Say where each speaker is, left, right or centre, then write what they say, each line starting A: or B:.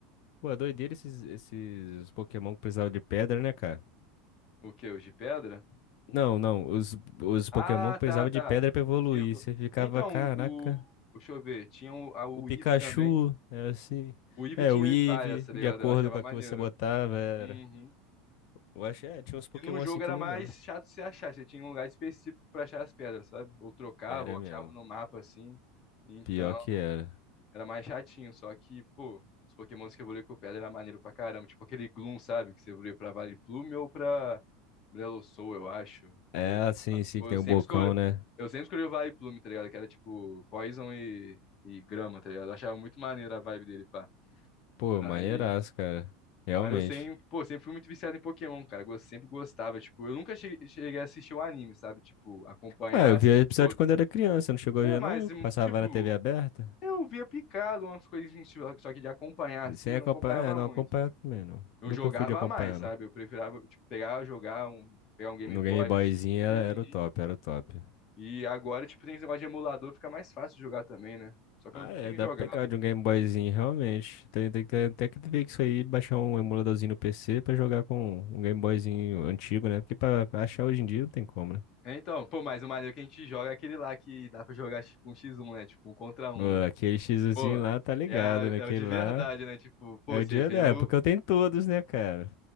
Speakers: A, on the left (about 65°); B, on the left (about 45°).
A: Pô, é doideira esses, esses Pokémon que precisavam de pedra, né, cara?
B: O que? o de pedra?
A: Não, não. Os, os Pokémon
B: Ah,
A: que
B: tá,
A: precisavam
B: tá.
A: de pedra pra evoluir.
B: Que evo-
A: Você ficava,
B: Então,
A: caraca.
B: o. Deixa eu ver, tinha o, a, o
A: O Pikachu
B: Eve também.
A: era assim.
B: O Eve
A: É,
B: tinha
A: o Eevee,
B: várias, tá ligado?
A: de acordo
B: Eu achava
A: com a
B: maneiro.
A: que você botava, era.
B: Uhum.
A: Eu acho, é, tinha uns Pokémon
B: E num jogo
A: assim que
B: era
A: não
B: mais
A: dava.
B: chato de se achar, você tinha um lugar específico pra achar as pedras, sabe? Ou trocava,
A: Era
B: ou
A: mesmo.
B: achava no mapa assim. Então,
A: Pior que era.
B: era mais chatinho, só que, pô, os Pokémons que evoluíam com pedra era maneiro pra caramba. Tipo aquele Gloom, sabe? Que você evoluía pra Vileplume ou pra Brelosoul, eu acho.
A: É
B: Pô,
A: assim, sim, que tem
B: eu sempre
A: o bocão,
B: escolhi,
A: né?
B: eu sempre escolhi o Vileplume, tá ligado? Que era tipo Poison e, e Grama, tá ligado? Eu achava muito maneiro a vibe dele, pá.
A: Pô,
B: Aí.
A: maneiraço, cara. Realmente.
B: Mas eu sempre, pô, sempre fui muito viciado em Pokémon, cara. Eu sempre gostava. Tipo, eu nunca cheguei, cheguei a assistir o anime, sabe? Tipo, acompanhar
A: Ah, eu
B: assim
A: via episódio
B: todo.
A: quando era criança, não chegou a
B: É,
A: ver
B: mas,
A: não?
B: hum,
A: Que Passava
B: tipo,
A: na TV aberta?
B: eu via picado umas coisas, só que de acompanhar assim,
A: Sem
B: eu não
A: acompanhar,
B: acompanhava
A: é, não,
B: muito.
A: acompanhar também não.
B: Eu
A: Nunca
B: jogava
A: fui de acompanhar,
B: mais, sabe?
A: não.
B: Eu preferava, tipo, pegar, jogar um, pegar um Game
A: No
B: Boy,
A: Game Boyzinho
B: assim.
A: era,
B: Uhum.
A: era o top, era o top.
B: E agora, tipo, tem esse negócio de emulador, fica mais fácil de jogar também, né? Só que
A: Ah,
B: eu não
A: é,
B: tenho
A: dá
B: jogado.
A: pra pegar de um Game Boyzinho, realmente. Tem, tem, que ter- tem, que ver que isso aí, baixar um emuladorzinho no PC pra jogar com um Game Boyzinho antigo, né? Porque pra achar hoje em dia não tem como, né?
B: É, Então, pô, mas o maneiro que a gente joga é aquele lá que dá pra jogar, tipo, um x1, né? Tipo, um contra um,
A: Pô,
B: né?
A: aquele xizinho
B: Pô,
A: lá tá ligado,
B: é, a-
A: né?
B: é
A: Aquele
B: o de verdade,
A: lá
B: né? Tipo, pô,
A: é o
B: você
A: dia
B: vê
A: da
B: o.
A: época. Eu tenho todos, né, cara?